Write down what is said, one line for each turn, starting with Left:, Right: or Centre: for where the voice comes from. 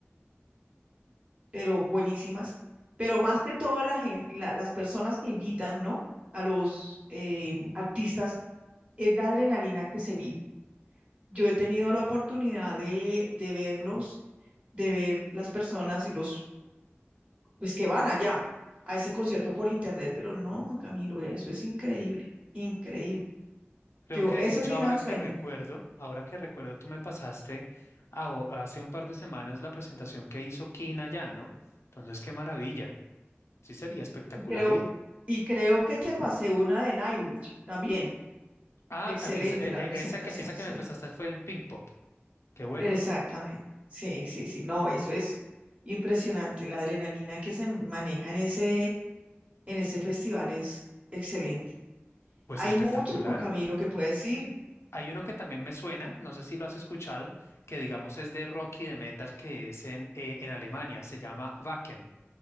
Right: pero buenísimas, pero más que todo la gen- la- las personas que invitan, ¿no? A los eh, artistas, es la adrenalina que se vive. Yo he tenido la oportunidad de, de verlos, de ver las personas y los, pues que van allá a ese concierto por internet, pero no, Camilo, eso es increíble, increíble.
Left: Creo
Right: Yo,
Left: que
Right: ese
Left: de hecho
Right: es mi
Left: ahora
Right: gran
Left: que
Right: sueño.
Left: recuerdo, ahora que recuerdo, tú me pasaste aho- hace un par de semanas la presentación que hizo Kina allá, ¿no? Entonces, qué maravilla. Sí, sería espectacular
Right: Creo,
Left: ir.
Right: y creo que te pasé una de Nightwish también.
Left: Ah,
Right: Excelente
Left: también se- e-
Right: la
Left: e-
Right: presentación,
Left: esa que, esa que
Right: sí.
Left: me prestaste fue en Pink Pop. Qué bueno,
Right: Exactamente. Sí, sí, sí. No, eso es impresionante. La adrenalina que se maneja en ese, en ese festival es excelente.
Left: pues
Right: Hay
Left: espectacular.
Right: mucho, Juan Camilo, que puedes ir.
Left: Hay uno que también me suena, no sé si lo has escuchado, que digamos es de rock y de metal, que es en, eh, en Alemania, se llama Wacken.